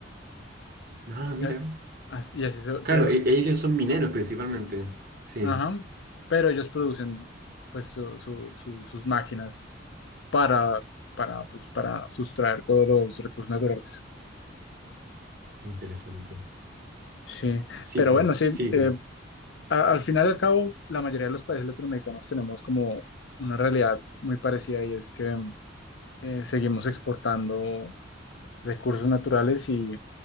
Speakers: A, on the right (about 50°); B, on the left (about 65°).
A: Ah, mira.
B: Y, a- as- y así se,
A: Claro,
B: se-
A: e- ellos son mineros principalmente. Sí,
B: ajá. Pero ellos producen pues su- su- su- sus máquinas para, para, pues, para sustraer todos los recursos naturales.
A: interesante.
B: Sí,
A: Sí,
B: pero
A: po.
B: bueno, sí,
A: sí.
B: eh, a- al final y al cabo, la mayoría de los países latinoamericanos tenemos como una realidad muy parecida y es que eh, seguimos exportando recursos naturales y,